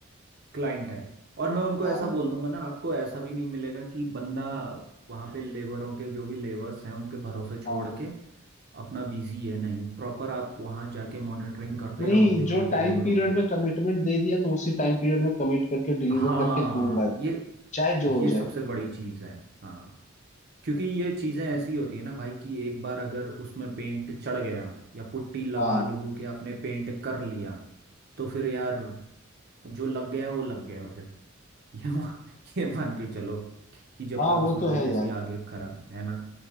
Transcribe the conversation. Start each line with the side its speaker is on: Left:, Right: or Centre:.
Right: क्लाइंट है और मैं उनको
Left: हाँ
Right: ऐसा बोल दूंगा ना आपको ऐसा भी नहीं मिलेगा कि बंदा वहाँ पे लेबरों के जो भी लेबर्स हैं उनके भरोसे छोड़
Left: हाँ
Right: के अपना बिजी है नहीं प्रॉपर आप वहाँ जाके मॉनिटरिंग करते
Left: नहीं
Right: रहोगे उनको
Left: जो टाइम
Right: लेबरों
Left: पीरियड
Right: को
Left: में कमिटमेंट दे दिया तो उसी टाइम पीरियड में कमिट करके डिलीवर
Right: हाँ
Left: करके दूंगा
Right: ये
Left: चाहे जो हो
Right: ये
Left: जाए
Right: सबसे बड़ी चीज़ है हाँ क्योंकि ये चीज़ें ऐसी होती है ना भाई कि एक बार अगर उसमें पेंट चढ़ गया या पुट्टी लगा
Left: हाँ
Right: लोगों के आपने पेंट कर लिया तो फिर यार जो लग गया वो लग गया फिर ये मा- <laughs> ये मान के चलो कि जब
Left: हाँ
Right: तक
Left: वो
Right: उसमें
Left: तो
Right: कोई
Left: है
Right: ऐसी
Left: यार
Right: आगे खरा है ना